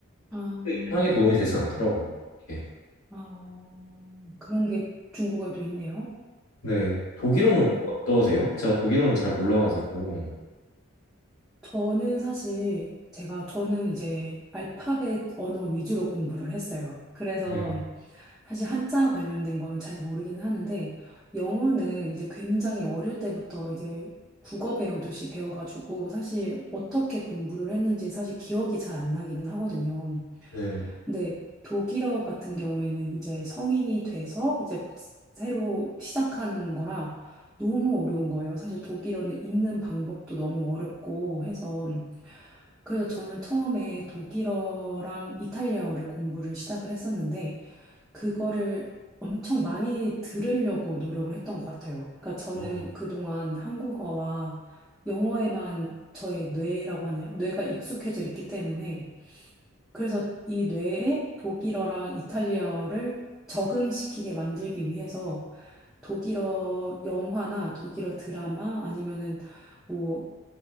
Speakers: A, in the centre; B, on the left (about 80°).
A: 아,
B: 그 이상의 도움이 되진 않더라고요. 이게.
A: 아, 그런 게 중국어에도 있네요.
B: 네 독일어는
A: 음.
B: 어떠세요? 제가 독일어는 잘 몰라가지고
A: 저는 사실 제가 저는 이제 알파벳 언어 위주로 공부를 했어요. 그래서
B: 네
A: 사실 한자 관련된 거는 잘 모르기는 하는데 영어는 이제 굉장히 어릴 때부터 이제 국어 배우듯이 배워가지고 사실 어떻게 공부를 했는지 사실 기억이 잘 안 나기는 하거든요.
B: 네.
A: 근데 독일어 같은 경우에는 이제 성인이 돼서 이제 새로 시작한 거라 너무 어려운 거예요. 사실 독일어는 읽는 방법도 너무 어렵고 해서 그래서 저는 처음에 독일어랑 이탈리아어를 공부를 시작을 했었는데 그거를 엄청 많이 들으려고 노력을 했던 것 같아요. 그러니까 저는
B: 어,
A: 그동안 한국어와 영어에만 저의 뇌라고 하나요? 뇌가 익숙해져 있기 때문에 그래서 이 뇌에 독일어랑 이탈리아어를 적응시키게 만들기 위해서 독일어 영화나 독일어 드라마 아니면은 뭐